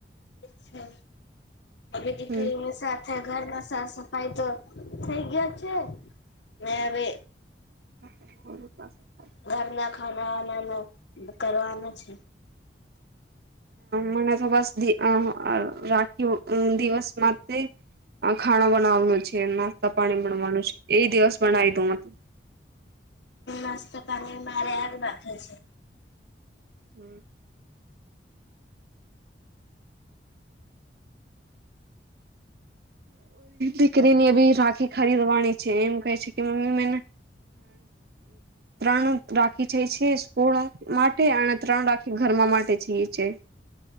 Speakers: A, on the left; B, on the right.
A: છે અી દીખઈ
B: હમ
A: <unintelligible> સાફાય ઘરમાં સાફ સફાઈ તો થઈ ગયો છે મે હવે
B: <unintelligible>
A: ઘરના ખાના વાના ના કરવાનું છે
B: મને તો બસ અ રાખી દિવસ માટે આ ખાણો બનાવાનું છે, નાસ્તા પાણી બનવાનું છે, એ દિવસ બનાવી દઉ તો
A: નાસ્તા પાણી મારે હારું રાખેલ છે
B: હમ દીકરીની એ બી રાખી ખરીદવાની છે, એમ કહે છે કે મમ્મી મેને ત્રણ રાખી જ છે સ્કૂળ માટે અને ત્રણ રાખી ઘરમાં માટે જઈ છે